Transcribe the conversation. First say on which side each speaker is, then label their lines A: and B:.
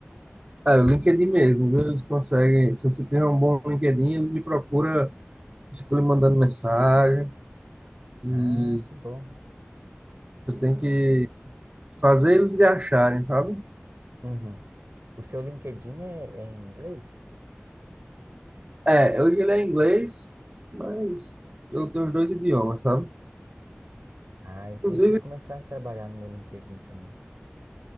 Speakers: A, on the right; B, on the right.
A: Ah, o LinkedIn mesmo, viu? Eles conseguem. Se você tiver um bom LinkedIn, eles lhe procuram, ficam lhe mandando mensagem e
B: Ah, que bom.
A: você tem que fazer eles lhe acharem, sabe?
B: Uhum. O seu LinkedIn é, é em inglês?
A: É, hoje ele é inglês, mas eu tenho os dois idiomas, sabe?
B: Ah, eu tenho
A: Inclusive,
B: que começar a trabalhar no meu LinkedIn também.